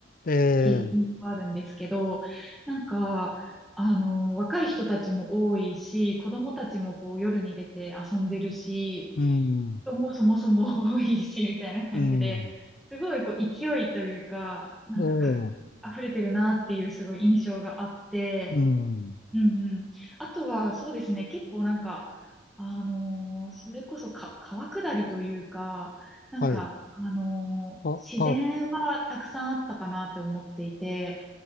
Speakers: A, on the left; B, in the centre.
A: ええ、
B: ていうのがあるんですけど、なんか、あの、若い人たちも多いし、子供たちもこう夜に出て遊んでるし、
A: うん、
B: 人もそもそも多いし、みたいな感じで、
A: うん、
B: すごいこう勢いというか、なんかか、
A: ええ、
B: 溢れてるなっていうすごい印象があって、
A: うん、
B: うんうん。あとは、そうですね、結構なんか、あのーそれこそか、川下りというか、なんか、
A: はい。
B: あのー自然はたくさんあったかなって思っていて、
A: あ、あ、